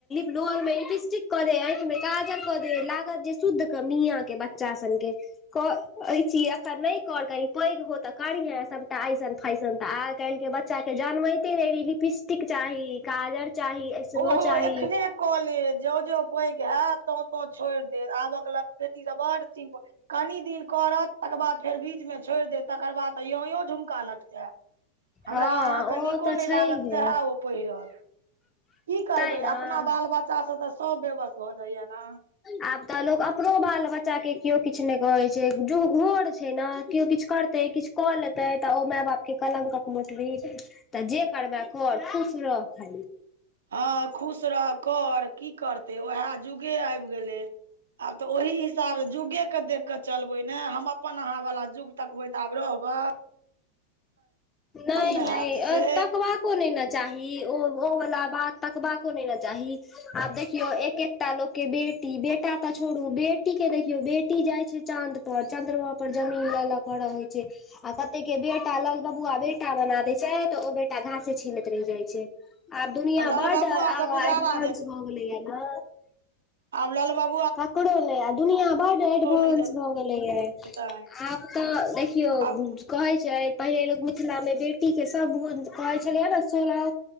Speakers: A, on the left (about 20°); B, on the right (about 65°).
A: लोल में लिपस्टिक क दे, आंखि में काजर क दे, लागत जे शुद्ध क मियां के बच्चा सनके कहैत छी एखन नहि कर कनि पैघ हेबे तऽ करीहे सभटा ऐसन फाैशन तऽ आइ काल्हिके बच्चा बच्चा सबके जनमैते देरी लिपस्टिक चाही, काजर चाही। ऐसनो
B: ओहो
A: चाही
B: एखने क लेब, जं जं पैघ हैत तं तं छोड़ि देत आब के बेटी त बड सिम्पल कनि दिन करत तकर बाद फेर बीचमे छोड़ि देत तकर बाद यो यो झुमका लटकायत। हमरा
A: हँ
B: अहाँके
A: ओ
B: नीको
A: तऽ
B: नहि
A: छैहे
B: लागत सएह ओ पहिरत। की करबै
A: तैं न
B: अपना बाल बच्चा से तऽ सब बेवस भऽ जाइया ने?
A: आब तऽ लोक अपनो बाल बच्चा के केओ किछु नहि कहैत छै, जो घोर छै ने केओ किछु करत ते किछु कऽ लेतै तऽ ओ माय बाप के कलक का के मटली तऽ जे करबै करर खुश रह खाली।
B: हँ खुश रह कर। की करते वएह जुगे आबि गेलै आब तऽ ओहि हिसाबे जुगे के देखिककत चलबै ने हम अपन अहाँ वला जुग तकबै तऽ आब रहबै?
A: नहि
B: ने
A: नहि
B: हैत से
A: तकवा को नहि ने चाही ओ ओ वालला बात तकबा को नहि ने चाही। आब देखियौ एक एकटा लोक के बेटी बेटा तऽ छोडु बेटी के देखियौ बेटी टी जाय छै चाँद पर, चंद्रमा पर जमीन ल ल के रहे छै आ कते के बेटा लग बबुआ बेटा बना देै छै तऽ ओ बेटा घास से छीलैत रहि जाइ छै। आब दुनिया
B: आ लल
A: बड़
B: बबुआ
A: आग
B: से गुजारा
A: एडवानंस भऽ गेलै या ने?
B: अब ललबाबु
A: ककरो नै, दुनिया बडड एडबंस
B: नहि
A: भ गेलै ह,
B: जेतनि
A: आ तऽ देखियौ
B: आब
A: कहै छै पहिले लोक मिथिललामे बेटीके सभ गुण कहै छलियै ने सोलह